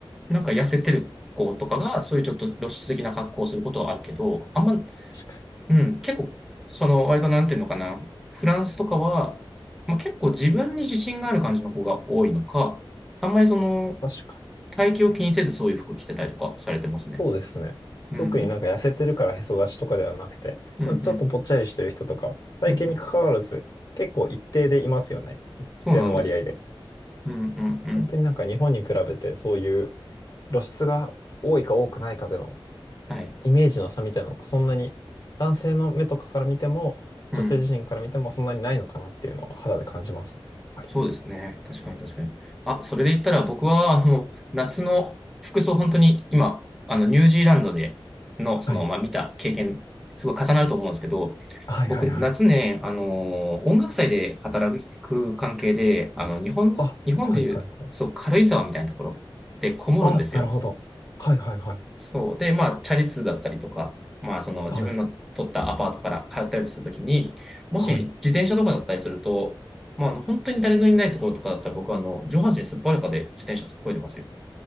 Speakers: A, in the centre; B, on the left (about 45°).
A: なんか痩せてる子とかが、そういうちょっと露出的な格好をすることはあるけど、あんま
B: 確か
A: うん、結構、その、割となんていうのかな。フランスとかは、まあ、結構自分に自信がある感じの子が多いのか、あんまりその、
B: に。確か
A: 体型を気にせずそういう服着てたりとかされてますね。
B: に。そうですね。
A: うんうん。
B: 特になんか痩せてるからへそ出しとかではなくて、
A: うんうん。
B: まあ、ちょっとぽっちゃりしてる人とか、体型に関わらず、
A: うんうん。
B: 結構一定でいますよね。一定の割合で。
A: そうなんです。うんうんうん。
B: 本当になんか日本に比べて、そういう露出が多いか多くないかでの
A: はい。
B: イメージの差みたいなのが、そんなに男性の目とかから見ても、
A: うん。
B: 女性自身から見てもそんなにないのかなっていうのは肌で感じます。やっぱり
A: そうですね。確かに確かに。あ、それで言ったら僕は、あの、夏の服装、本当に今、あの、ニュージーランドでの、その、
B: はい。
A: まあ、見た経験、すごい重なると思うんですけど、
B: はいはいはい。
A: 僕、夏ね、あの、音楽祭で働く関係で、あの、日本の、
B: あ、
A: 日本でいう、
B: はいはいはい。
A: そう、軽井沢みたいなところでこもるんですよ。
B: あ、なるほど。はいはいはい。
A: そう。で、まあ、チャリ通だったりとか、まあ、その自分の取ったアパートから通ったりするときに、
B: はい。
A: もし自転車とかだったりすると、
B: はい。
A: まあ、本当に誰のいないところとかだったら僕はあの上半身すっぱらかで自転車とこいでますよ。